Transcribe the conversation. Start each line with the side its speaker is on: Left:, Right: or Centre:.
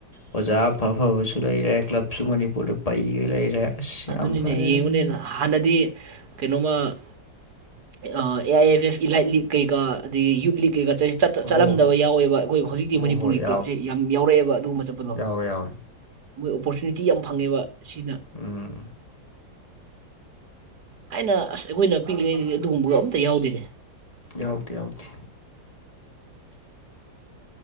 Left: ꯑꯣꯖꯥ ꯑꯐ ꯑꯐꯕꯁꯨ ꯂꯩꯔꯦ ꯀ꯭ꯂꯕꯁꯨ ꯃꯅꯤꯄꯨꯔꯗ ꯄꯩꯒ ꯂꯩꯔꯦ ꯑꯁ
Right: ꯑꯗꯨꯅꯤꯅꯦ
Left: ꯌꯥꯝ ꯐꯔꯦ
Right: ꯌꯦꯡꯉꯨꯅꯦ
Left: ꯑꯗꯨ ꯃꯣꯏ
Right: ꯍꯥꯟꯅꯗꯤ ꯀꯩꯅꯣꯝꯃ ꯑꯦ ꯑꯥꯏ ꯑꯦꯝ ꯑꯦꯐ ꯏꯂꯥꯏꯠ ꯂꯤꯛ ꯀꯩꯀꯥ ꯑꯗꯒꯤ ꯌꯨꯠ ꯂꯤꯛ ꯀꯩꯀꯥ ꯆꯠ ꯆꯠ ꯆꯠꯂꯝꯗꯕ
Left: ꯍꯣ ꯍꯣ
Right: ꯌꯥꯎꯋꯦꯕ ꯑꯩꯈꯣꯏ ꯍꯧꯖꯤꯛꯇꯤ
Left: ꯍꯣꯏ
Right: ꯃꯅꯤꯄꯨꯔꯒꯤ
Left: ꯍꯣꯏ
Right: ꯀ꯭ꯂꯕꯁꯦ ꯌꯥꯝ ꯌꯥꯎꯔꯛꯑꯦꯕ ꯑꯗꯨꯒꯨꯝꯕ ꯆꯠꯄꯗꯣ
Left: ꯑꯧꯋꯣꯏ ꯌꯥꯋꯦ
Right: ꯃꯣꯏ ꯑꯣꯄꯣꯔꯆꯨꯅꯤꯇꯤ ꯌꯥꯝ ꯐꯪꯉꯦꯕ ꯁꯤꯅ
Left: ꯎꯝ
Right: ꯍꯥꯏꯥꯏꯅ ꯑꯁ ꯑꯩꯈꯣꯏꯅ ꯄꯤꯛꯂꯤꯉꯩꯗꯗꯤ ꯑꯗꯨꯒꯨꯝꯕꯒ ꯑꯝꯇ ꯌꯥꯎꯗꯦꯅꯦ
Left: ꯌꯥꯎꯗꯦ ꯌꯥꯎꯗꯦ